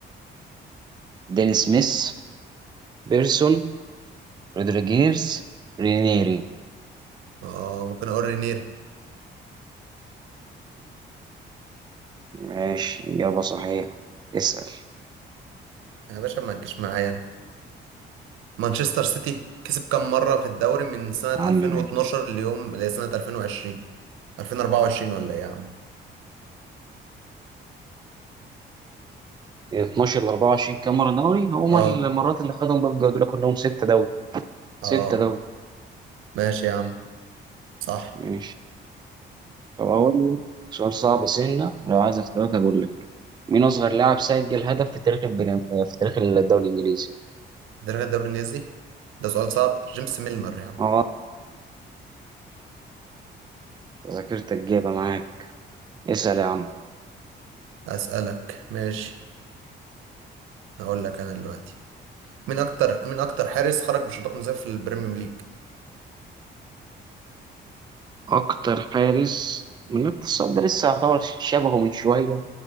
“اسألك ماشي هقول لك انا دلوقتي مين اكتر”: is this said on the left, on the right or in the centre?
Right